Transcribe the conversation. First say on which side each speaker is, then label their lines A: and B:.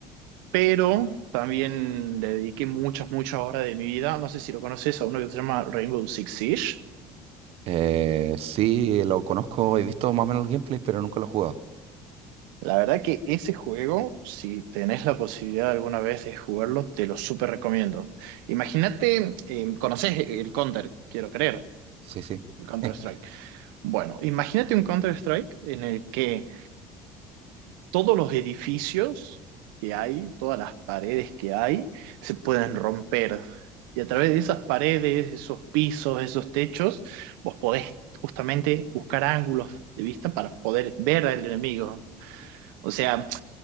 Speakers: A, on the right; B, on the right.
A: pero también le dediqué muchas, muchas horas de mi vida. No sé si lo conoces a uno que se llama Rainbow Six Siege.
B: Eh, sí, lo conozco, he visto más o menos el gameplay, pero nunca lo he jugado.
A: La verdad que ese juego, si tenés la posibilidad alguna vez de jugarlo, te lo súper recomiendo. Imagínate, eh, conoces el Counter, quiero creer,
B: Sí, sí.
A: el Counter-Strike.
B: <laughs>
A: Bueno, imagínate un Counter-Strike en el que todos los edificios que hay, todas las paredes que hay, se pueden romper. Y a través de esas paredes, esos pisos, esos techos, vos podés justamente buscar ángulos de vista para poder ver al enemigo. O sea,